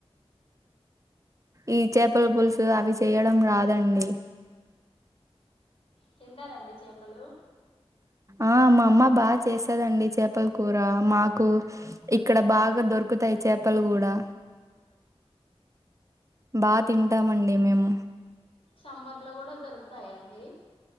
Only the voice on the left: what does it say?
తింటారండి చేపలు
సమ్మర్ లో కూడా దొరుకుతాయండి